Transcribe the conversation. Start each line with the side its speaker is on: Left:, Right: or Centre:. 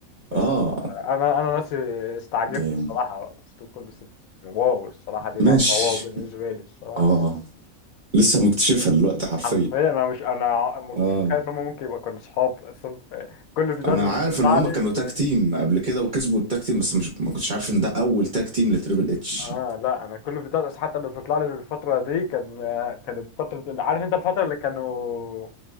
Left: بس
Right: اه
Left: أنا أنا نفسي استعجبت
Right: دايم
Left: الصراحة ستون كولد ستيف أوستن واو الصراحة دي
Right: ماشي
Left: معلومة واو بالنسبة لي الصراحة
Right: اه لسه مكتشفها دلوقتي حرفيا
Left: حرفيا انا مش انا ما كنتش
Right: اه
Left: متخيل ان هم ممكن يبقى كانوا صحاب اصلا في كل الفيديوهات
Right: انا
Left: اللي
Right: عارف
Left: بتطلع
Right: ان هما
Left: لي
Right: كانوا تاج تيم قبل كده وكسبوا التاج تيم بس مش ما كنتش عارف ان ده اول تاج تيم لتريبل اتش
Left: اه لا انا كل الفيديوهات حتى اللي بتطلع لي الفتره دي كان كانت فتره عارف انت الفتره اللي كانوا